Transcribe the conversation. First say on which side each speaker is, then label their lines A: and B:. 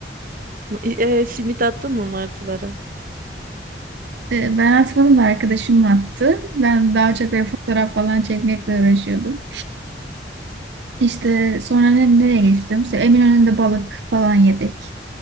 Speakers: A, on the right (about 50°); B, on the right (about 75°).
A: Eee, simit attın mı martılara?
B: E, Ben atmadım da arkadaşım attı. Ben daha çok böyle fotoğraf falan çekmekle uğraşıyordum. İşte sonra ne- nereye geçtim? İşte Eminönü'nde balık falan yedik.